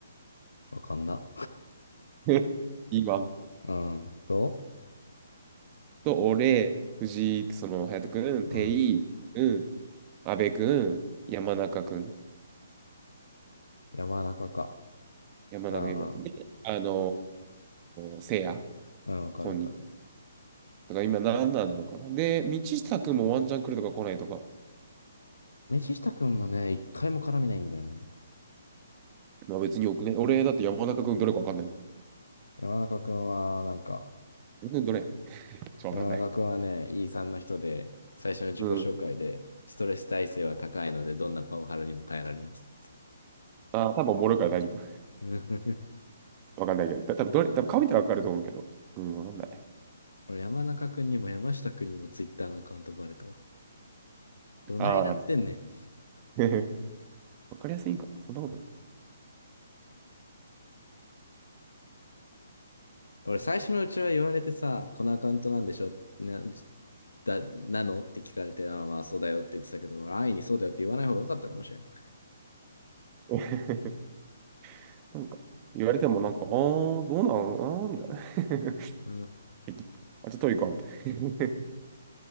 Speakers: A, on the left (about 80°); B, on the right (about 30°).
A: わかんな。
B: <laughs> E1。
A: うん。と、
B: と、俺、藤井、その、隼人君、
A: うん。
B: 定井、うん、阿部君、山中君、
A: 山中か。
B: 山中優馬君で、
A: ああ、
B: あのー、せいや、
A: あ、わかるわかる。
B: 本人。だから今んななのかな。で、道下君もワンチャン来るとか来ないとか。
A: 道下くんもね、一回も絡みないんだよね。
B: まあ別によくね。俺だって山中君どれかわかんないもん。
A: 山中くんは、なんか、
B: 山中君どれちょ、わかんない。
A: 山中くんはね、E さんの人で、最初の自己紹介で、
B: うん。
A: ストレス耐性は高いので、どんなパワハラにも耐えられます。
B: あー、多分おもろいから大丈夫。
A: <laughs>
B: わかんないけど。た多分どれ、多分顔見たらわかると思うけど。うん、わかんない。
A: 俺、山中くんにも山下くんにも Twitter のアカウントバレたわ。どないなってんねん。
B: あー、あと <laughs> わかりやすいんかな。そんなことな
A: 俺、最初のうちは言われてさ、このアカウントなんでしょな、だ、なのって聞かれて、ああ、まあそうだよって言ってたけど、俺安易にそうだよって言わない方が良かったかもしれん
B: い。<laughs> なんか、言われてもなんか、あー、どうなんあー、みたいな。
A: うん。
B: えっとあとトリコはみたいな。